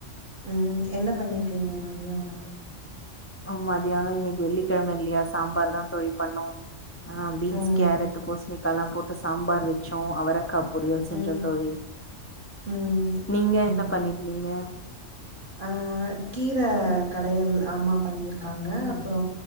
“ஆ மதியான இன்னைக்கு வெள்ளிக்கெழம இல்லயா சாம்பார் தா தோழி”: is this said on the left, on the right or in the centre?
Left